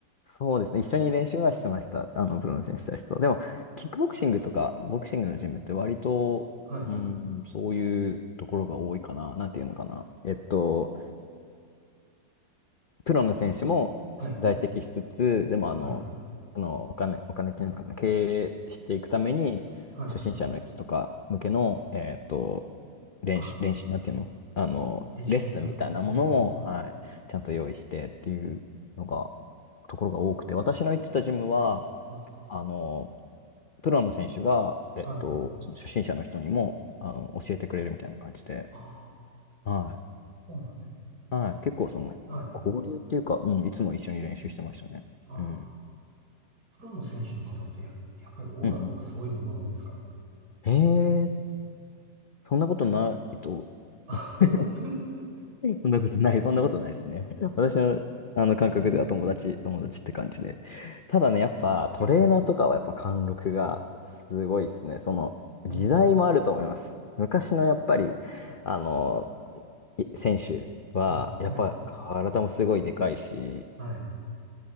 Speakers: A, on the left; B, on the right.
A: そうですね。一緒に練習はしてました。あの、プロの選手たちと。でも、キックボクシングとか、ボクシングのジムって割と、
B: はい。
A: うん、そういうところが多いかな。なんていうのかな。えっと、プロの選手も在籍しつつ、
B: はい。
A: でもあの、
B: はい。
A: あの、お金、お金っていうのかな、経営していくために、
B: はい。
A: 初心者の人とか向けの、えっと、練習、
B: あ
A: 練習、なんていうのあの、
B: レジオンの、
A: レッスンみたいなものも、
B: ええ、
A: はい、ちゃんと用意してっていうのが、ところが多くて、私の行ってたジムは、
B: あ、
A: あの、プロの選手が、えっと、
B: はい。
A: その初心者の人にも、あの、教えてくれるみたいな感じで、
B: ああ、
A: はい
B: そうなんです。
A: はい。結構その、
B: はい。
A: 交流っていうか、うん、いつも一緒に練習してましたね。
B: ああ、
A: うん。
B: プロの選手の方ってや、やっぱりオーラとかすごいものなんですか
A: うんうん。えー、そんなことないと。
B: あ、
A: <laughs>
B: <laughs>
A: そんなことない、そんなことないですね。私の、あの感覚では友達、
B: はい。
A: 友達って感じで。ただね、やっぱトレーナーとかはやっぱ貫禄がすごいですね。
B: はい。
A: その、
B: あの
A: 時代もあると思います。昔のやっぱり、あの、い選手は、
B: はい。
A: やっぱ体もすごいでかいし、
B: はい。はい。